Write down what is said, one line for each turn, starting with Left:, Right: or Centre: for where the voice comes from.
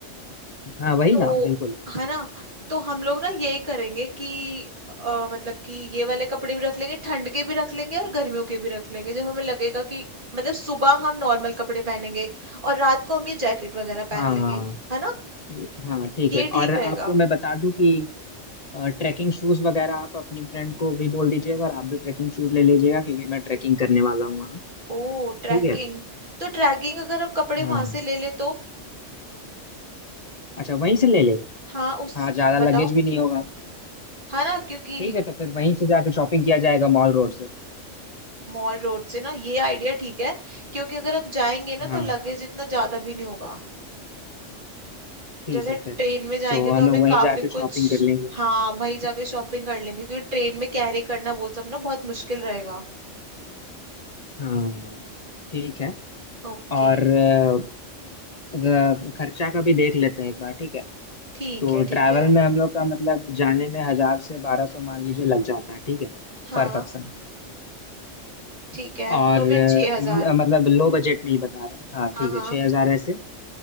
Left: हाँ वही
Right: तो
Left: ना बिल्कुल
Right: है ना तो हम लोग ना यही करेंगे कि अ, मतलब कि ये वाले कपड़े भी रख लेंगे ठंड के भी रख लेंगे और गर्मियों के भी रख लेंगे जब हमें लगेगा कि मतलब सुबह हम नॉर्मल कपड़े पहनेंगे और रात को हम ये जैकेट वगैरह पहन
Left: हाँ
Right: लेंगे है ना
Left: हाँ ठीक
Right: ये
Left: है
Right: ठीक
Left: और
Right: रहेगा
Left: आपको मैं बता दूं कि ट्रैकिंग शूज वगैरह आप अपनी फ्रेंड को भी बोल दीजिएगा और आप भी ट्रैकिंग शूज ले लीजिएगा क्योंकि मैं ट्रैकिंग करने वाला हूँ वहाँ
Right: ओ
Left: ठीक
Right: ट्रैकिंग
Left: है
Right: तो ट्रैकिंग अगर हम कपड़े
Left: हाँ
Right: वहां से ले ले तो
Left: अच्छा वहीं से ले ले
Right: हाँ उस
Left: हाँ ज्यादा
Right: बताओ
Left: लगेज भी नहीं होगा
Right: है ना क्योंकि
Left: ठीक है तो फिर वहीं से जाकर शॉपिंग किया जाएगा मॉल रोड से
Right: मॉल रोड से ना ये आइडिया ठीक है क्योंकि अगर हम जाएंगे ना
Left: हाँ
Right: तो लगेज इतना ज्यादा भी नहीं होगा
Left: ठीक
Right: जैसे
Left: है
Right: ट्रेन
Left: फिर
Right: में जाएंगे
Left: तो हम
Right: तो हमें
Left: लोग वहीं
Right: काफी
Left: जाकर
Right: कुछ
Left: शॉपिंग कर लेंगे
Right: हाँ वहीं जाके शॉपिंग कर लेंगे क्योंकि ट्रेन में कैरी करना वो सब ना बहुत मुश्किल रहेगा
Left: हाँ ठीक है
Right: ओके
Left: और अ, अ, खर्चा का भी देख लेते हैं एक बार ठीक है
Right: ठीक
Left: तो
Right: है
Left: ट्रैवल
Right: ठीक है
Left: में हम लोग का मतलब जाने में हजार से बारह सौ मान लीजिए लग जाता है ठीक है
Right: हाँ
Left: पर पर्सन
Right: ठीक है
Left: और
Right: तो फिर छह हजार
Left: अ, मतलब लो बजट नहीं बता रहे हैं। हाँ
Right: हाँ
Left: ठीक है
Right: हाँ
Left: छः हजार ऐसे